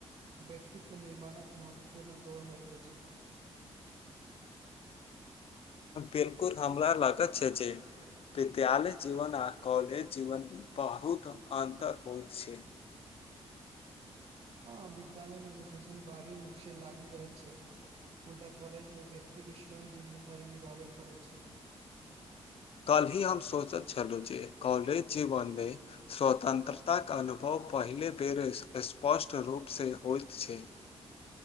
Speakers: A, on the right (about 60°); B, on the left (about 60°).
A: व्यक्तित्व निर्माणक महत्वपूर्ण दौड़ होइत अछि
B: बिल्कुल हमरा लागत छै जे विद्यालय जीवन आ कॉलेज जीवन बहुत अन्तर होइत छै
A: हँ विद्यालय मे अनुशासन बारी रूपसे लागू रहै छै मुदा कॉलेज मे व्यक्ति के स्वयं जिम्मेदारी निभाबे के पड़ै छै
B: <inaudible> कल ही हम सोचै छलहुँ जे कॉलेज जीवनमे स्वतंत्रताक अनुभव पहिल बेेर स्पष्ट रूप से होइत छै